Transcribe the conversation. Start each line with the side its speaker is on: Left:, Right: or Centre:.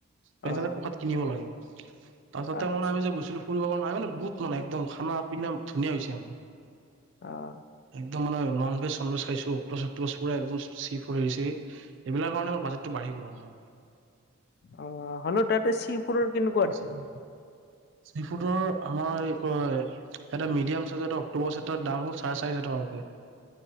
Right: সেইকাৰণে
Left: অ',
Right: প্ৰসাদ কিনিব লাগে। তাৰপিছতে
Left: আচ্ছা
Right: মানে আমি যে গৈছিলো ফুৰিব কাৰণে নাই মানে বহুত মানে একদম খানা পিনা ধুনীয়া হৈছে আমাৰ।
Left: অ',
Right: একদম মানে ননভেজ চনভেজ খাইছো। অক্টোপাছ চক্টোপাছ পুৰা একদম চি ফুড হেৰি চেৰি এইবিলাকৰ কাৰণে আমাৰ বাজেতটো বাঢ়ি গল আমাৰ।
Left: অঁ হলেও তাতে চি ফুডৰ কিন্তু-
Right: চি ফুডৰ আমাৰ এই কয় এটা মিডিয়াম চাইজৰ এটা অক- অক্টোপাছ এটাৰ দাম হল চাৰে চাৰি হাজাৰ টকাকে।